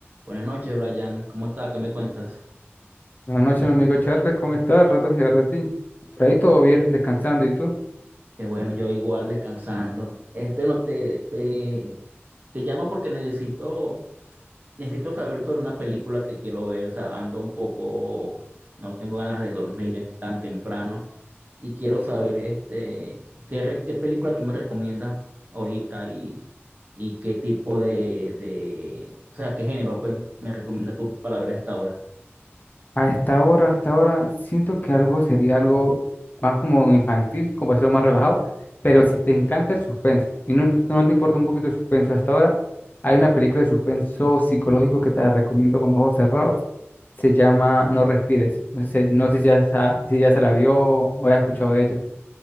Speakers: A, on the right; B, on the left.
A: Buenas noches, Brian. ¿Cómo estás? ¿Qué me cuentas?
B: Buenas noches, mi amigo Charles, ¿cómo estás? Rato sin saber de ti. Por ahí todo bien, descansando, ¿y tú?
A: Que bueno, yo igual descansando. Este no te, te, te llamo porque necesito, necesito saber sobre una película que quiero ver. O sea, ando un poco, no tengo ganas de dormir es tan temprano. Y quiero saber este, qué, re- qué película tú me recomiendas ahorita y, y qué tipo de, de, o sea, qué género pues, me recomiendas tú para ver a esta hora.
B: A esta hora, a esta hora, siento que algo sería algo más como infantil, como ser más relajado, pero si te encanta el suspenso y no, imp- no te importa un poquito el suspenso, hasta ahora hay una película de suspenso psicológico que te la recomiendo con ojos cerrados, se llama No respires, no sé, si, no sé si ya, sa- si ya se la vio o has escuchado de ella.